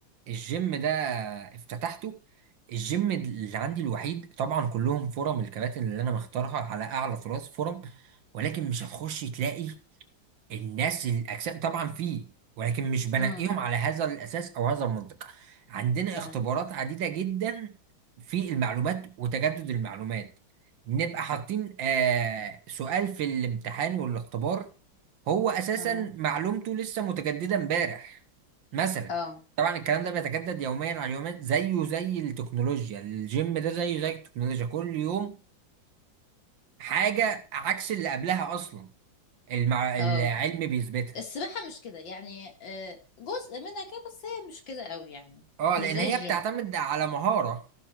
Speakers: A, on the right (about 75°); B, on the left (about 75°).
A: الجيم ده افتتحته الجيم اللي عندي الوحيد طبعا كلهم فرم الكباتن اللي انا مختارها على اعلى طراز فرم ولكن مش هتخش تلاقي الناس الاجسام طبعا فيه ولكن مش بنقيهم
B: امم
A: على هذا الاساس او هذا المنطق عندنا
B: تمام
A: اختبارات عديده جدا في المعلومات وتجدد المعلومات نبقى حاطين آه سؤال في الامتحان والاختبار هو اساسا
B: تمام
A: معلومته لسه متجدده امبارح مثلا
B: اه
A: طبعا الكلام ده بيتجدد يوميا على يومين زيه زي التكنولوجيا الجيم ده زيه زي التكنولوجيا كل يوم حاجه عكس اللي قبلها اصلا المع... العلم
B: اه
A: بيثبتها
B: السباحة مش كده يعني آه جزء منها كده بس هي مش كده قوي يعني
A: اه
B: مش
A: لان
B: زي
A: هي
B: الجيم
A: بتعتمد على مهارة